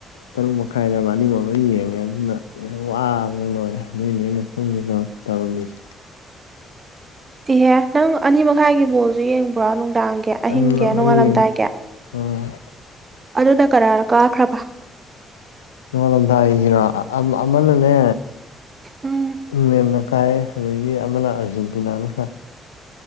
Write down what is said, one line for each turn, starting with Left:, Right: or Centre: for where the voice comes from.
Left: ꯇꯔꯨꯛ ꯃꯈꯥꯏꯗ ꯑꯃ ꯑꯅꯤꯃꯛ ꯌꯦꯡꯉꯦ ꯑꯗꯨꯅ ꯋꯥꯕꯅ ꯂꯣꯏꯔꯦ ꯑꯗꯨꯏꯅꯦ ꯑꯩꯅ ꯇꯨꯝꯒꯦ ꯇꯧ ꯇꯧꯔꯝꯃꯤꯁꯦ
Right: ꯏꯍꯦ ꯅꯪ ꯑꯅꯤ ꯃꯈꯥꯏꯒꯤ ꯕꯣꯜꯁꯨ ꯌꯦꯡꯕ ꯄꯨꯔꯥ ꯅꯨꯡꯗꯥꯡꯒꯤ ꯑꯍꯤꯡꯒꯤ
Left: ꯑꯅꯤꯃꯛ
Right: ꯅꯣꯡꯉꯥꯜꯂꯝꯗꯥꯏꯒꯤ
Left: ꯂꯣꯏ ꯌꯦꯡꯉꯦ ꯎꯝ
Right: ꯑꯗꯨꯅ ꯀꯅꯥꯅ ꯀꯥꯈ꯭ꯔꯕ
Left: ꯅꯣꯡꯉꯥꯜꯂꯣꯝꯗ ꯍꯈꯤꯕꯔꯣ ꯑꯃꯅꯅꯦ
Right: ꯎꯝ
Left: ꯃꯦꯝꯃꯀꯥꯏ ꯑꯗꯩꯒꯤ ꯑꯃꯅ ꯑꯥꯔꯖꯦꯟꯇꯤꯅꯥꯅ ꯀꯥꯏ